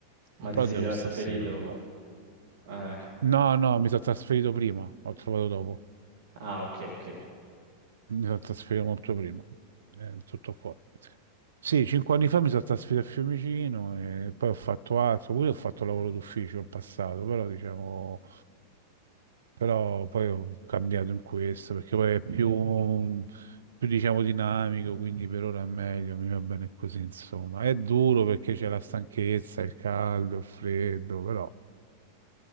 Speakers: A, on the right; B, on the right.
A: Ma
B: Però
A: ti sei
B: devo
A: trasferito?
B: stare sei ore là.
A: Eh.
B: No, no, mi sono trasferito prima, ho trovato dopo.
A: Ah, ok, ok.
B: Mi sono trasferito molto prima, eh, tutto qua. Sì, cinque anni fa mi sono trasferito a Fiumicino e poi ho fatto altro, pure ho fatto lavoro d'ufficio in passato, però diciamo, però poi ho cambiato in questo perché poi è più, più diciamo dinamico, quindi per ora è meglio, mi va bene così, insomma. È duro perché c'è la stanchezza, il caldo, il freddo, però